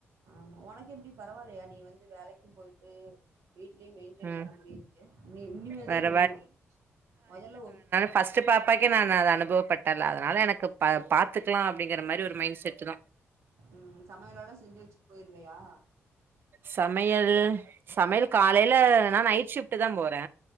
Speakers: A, on the right; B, on the right.
A: ஆமா உனக்கு எப்படி பரவில்லையா நீ வந்து வேலைக்கு போயிட்டு வீட்லயு மெயின்டென்
B: ம்.
A: பண்ண முடியுது நீ இனிமே
B: வேற
A: தா தெரியு முதல்ல ஒரு
B: ஃபஸ்டு பாப்பாக்கே நா அது அனுபவப்பட்டல்ல அதனாவ எனக்கு பா பாத்துக்கலா அப்புடிங்கிற மாறி ஒரு மைண்ட் செட்டு தா
A: ம் சமையலெல்லா செஞ்சு வெச்சுட் போயிருவயா
B: சமையல் சமையல் காலைல நா நைட் ஷிப்ட்டுதாம் போறே